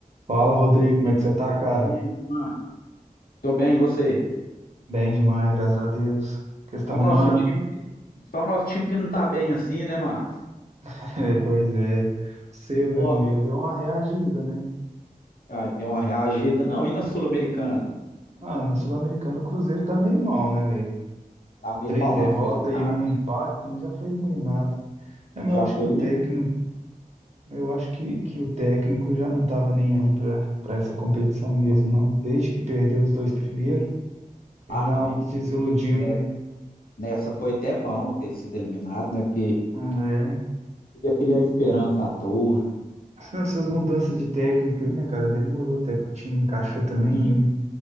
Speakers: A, on the right (about 50°); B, on the left (about 85°).
A: Fala, Rodrigo, como
B: E
A: é
B: aí,
A: que você tá, cara?
B: e aí, Márcio? Tô bem, e você?
A: Bem demais, graças a Deus. O que você tá
B: Só
A: arrumando?
B: nosso time, que- só nosso time que não tá bem assim, né, Márcio?
A: <laughs> É, pois é. O Seu,
B: Nossa.
A: né? O meu deu uma reagida, né?
B: Ah, deu uma reagida. Não, e na Sul-Americana?
A: Ah, no Sul-Americano o Cruzeiro tá meio mal, né, velho?
B: Tá meio
A: Três
B: mal,
A: derrotas
B: não. Foi eliminado.
A: e um empate, né? Já foi eliminado. É, mas
B: Já
A: eu acho
B: foi
A: que o
B: eliminado.
A: técnico, eu acho que, que o técnico já não tava nem aí pra, pra essa competição mesmo, não. Desde que perdeu os dois primeiros,
B: Ah,
A: já
B: não.
A: meio que desiludiu,
B: ne-
A: né?
B: Nessa foi até bom ter sido eliminado, né? Porque
A: Ah, É.
B: ia criar esperança à toa.
A: Essas essas mudanças de técnico aí, né, cara? Demorou até que o time encaixou também,
B: E,
A: né?